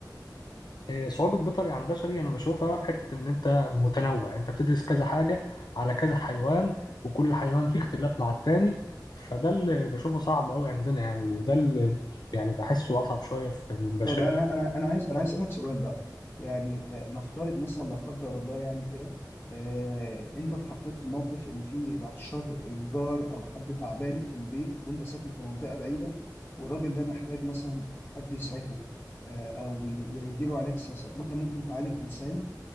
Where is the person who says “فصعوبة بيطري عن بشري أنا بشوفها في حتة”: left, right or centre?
Left